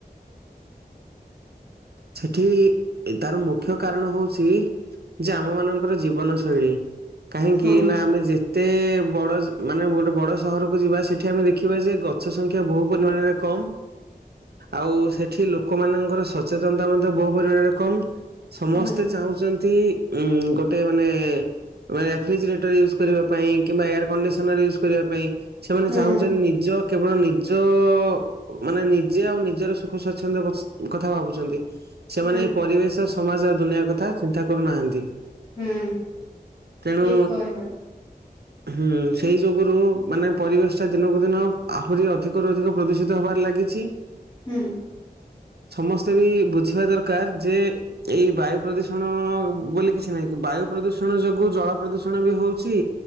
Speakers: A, on the right; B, on the left.
A: ସେଠି, ତାର ମୁଖ୍ୟ କାରଣ ହଉଛି ଯେ ଆମ ମାନଙ୍କର ଜୀବନ ଶୈଳୀ। କାହିଁକି,
B: ହଁ
A: ନା ଆମେ ଯେତେ ବଡ ମାନେ ଗୋଟେ ବଡ ସହରକୁ ଯିବା ସେଠି ଆମେ ଦେଖିବା ଯେ ଗଛ ଗଛ ସଂଖ୍ୟା ବହୁ ପରିମାଣରେ କମ, ଆଉ ସେଠି ଲୋକମାନଙ୍କର ସଚେତନତା ମଧ୍ୟ ବହୁ ପରିମାଣ ରେ କମ, ସମସ୍ତେ
B: ହୁଁ
A: ଚାହୁଁଛନ୍ତି ଉଁ, ଗୋଟେ ମାନେ ରେଫ୍ରିଜିରେଟର ୟୁଜ୍ କରିବା ପାଇଁ କିମ୍ବା ଏୟାର କଣ୍ଡିସନର ୟୁଜ୍ କରିବା ପାଇଁ ସେମାନେ
B: ହୁଁ
A: ଚାହୁଁଛନ୍ତି ନିଜ କେବଳ ନିଜ ମାନେ ନିଜେ ଆଉ ନିଜର ସୁଖସଚ୍ଛନ୍ଦ କଥା ଭାବୁ ଭାବୁଛନ୍ତି, ସେମାନେ
B: ହୁଁ
A: ଏଇ ପରିବେଶ, ସମାଜ ଆଉ ଦୁନିଆ, କଥା ଚିନ୍ତା କରୁନାହାନ୍ତି।
B: ହୁଁ,
A: ତେଣୁ
B: ଠିକ କହିଲ।
A: ହୁଁ, ସେଇ ଯୋଗୁରୁ ମାନେ ପରିବେଶ ଟା ଦିନକୁ ଦିନ ଆହୁରି ଅଧିକରୁ ଅଧିକ ପ୍ରଦୂଷିତ ହବାରେ ଲାଗିଛି।
B: ହୁଁ।
A: ସମସ୍ତେ ବି ବୁଝିବା ଦରକାର ଯେ ଏଇ ବାୟୁ ପ୍ରଦୂଷଣ ବୋଲି କିଛି ନାହିଁ ବାୟୁ ପ୍ରଦୂଷଣ ଯୋଗୁ ଜଳ ପ୍ରଦୂଷଣ ବି ହଉଛି।